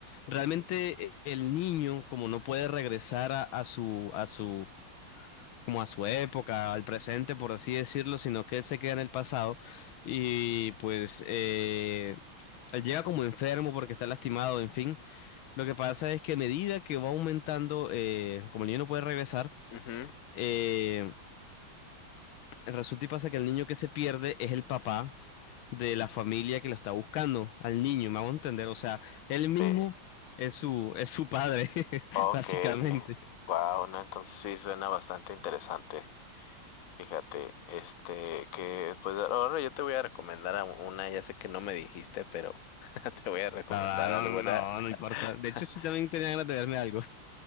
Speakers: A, on the left; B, on the left.
A: realmente e- el niño, como no puede regresar a, a su, a su, como a su época, al presente, por así decirlo, sino que él se queda en el pasado y pues eh, él llega como enfermo porque está lastimado, en fin. Lo que pasa es que a medida que va aumentando, eh, como el niño no puede regresar,
B: Ujú.
A: eh, resulta y pasa que el niño que se pierde es el papá de la familia que lo está buscando, al niño, me hago entender. O sea, él mismo
B: Sí.
A: es su, es su padre, <laughs>
B: Ok.
A: básicamente.
B: Wow, no, entonces sí suena bastante interesante. Fíjate, este, que después de- ahora yo te voy a recomendar a una, ya sé que no me dijiste, pero <laughs> te voy a recomendar
A: Va, va, no,
B: alguna.
A: no,
B: <laughs>
A: no importa. De hecho, sí también tenía ganas de verme algo.